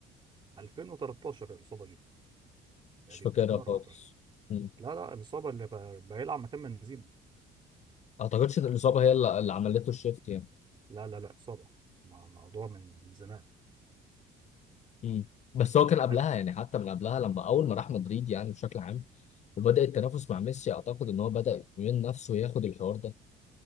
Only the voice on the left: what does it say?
مش فاكرها
خالص مم.
أعتقدش إن الإصابة هي اللي اللي عملته الشيفت يعني
مم. بس هو كان قبلها
يعني حتى من قبلها لما اول ما راح مدريد يعني بشكل عام وبدا التنافس مع ميسي اعتقد ان هو بدا من نفسه ياخد الحوار ده